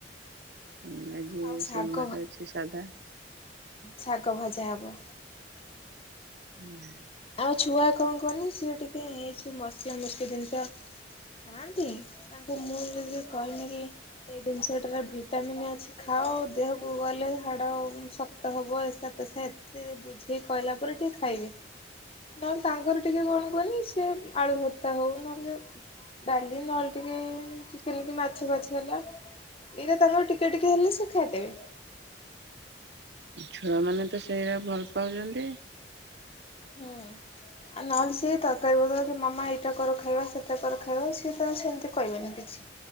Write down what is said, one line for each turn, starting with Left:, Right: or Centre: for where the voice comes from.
Right: ହଁ ଆଜି
Left: ଆଉ ଶାଗ
Right: ସୋମବାରଛି ସାଧା
Left: ଛା କ ଭଜ ଆବ
Right: ହୁଁ
Left: ମୋ ଛୁଆ କଣ କହନି ସିଏ ଟିକିଏ ଏଇସବୁ ମସଲା ମସଲା ଜିନିଷ ଖାଆନ୍ତି ତାଙ୍କୁ ମୁଁ ଯଦି କହିବି କି ଏଇ ଜିନିଷଟାର ଭିଟାମିନ୍ ଅଛି ଖାଅ ଦେହକୁ ଗଲେ ହାଡ଼ ଶକ୍ତ ହେବ ଏସା ତେସା ଏତେ ବୁଝେଇ କହିଲା ପରେ ଟିକିେ ଖାଇବେ ନହଲେ ସାଙ୍ଗର ଟିକେ କଣ କନଛି ସେ ଆଳୁ ଭର୍ତ୍ତା ହଉ ନହେଲେ ଡାଲି ନହେଲେ ଟିକେ ଚିକେନ କି ମାଛ ଫାଛ ହେଲା ଏଇଟା ତାଙ୍କର ଟିକେ ଟିକେ ହେଲେ ସେ ଖାଇଦେବେ
Right: ଛୁଆମାନୋନେ ତ ସେଇଟା ଭଲ ପାଉଛନ୍ତି
Left: ହୁଁ ଆଉ ନହେଲେ ସିଏ ତରକାରୀ ବଦବ କି ମାମା ଏଇଟା କର ଖାଇବା ସେଟା କର ଖାଇବା ସିଏ ତ ସେମିତି କହିବନି କିଛି